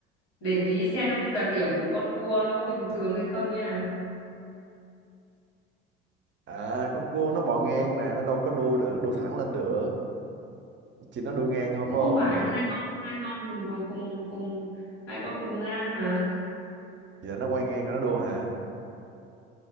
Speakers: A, on the left (about 85°); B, on the right (about 40°).
A: Để ý xem đặc điểm của con cua nó có bình thường hay không nha.
B: à con cua nó bò ngang mà nó đâu có đua được đua thẳng lên được chỉ nó đua ngang thôi
A: Cũng
B: phải
A: không
B: không
A: phải thì hai con hai con cùng đùa- cùng cùng hai con cùng ngang mà.
B: vậy là nó quay ngang rồi nó đua hả